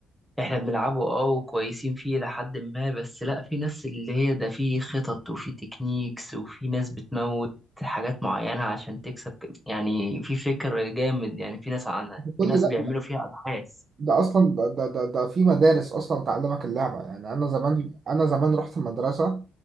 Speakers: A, in the centre; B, on the right.
A: احنا بنلعبه اه وكويسين فيه لحد ما بس لا في ناس اللي هي ده في خطط وفي تكنيكس وفي ناس بتموت حاجات معينة عشان تكسب ك- يعني في فكر جامد يعني في ناس عنها
B: كل
A: في ناس
B: ده
A: بيعملوا فيها أبحاث
B: ده اصلا ده ده ده, ده في مدارس اصلا تعلمك اللعبه يعني انا زمان انا زمان رحت المدرسه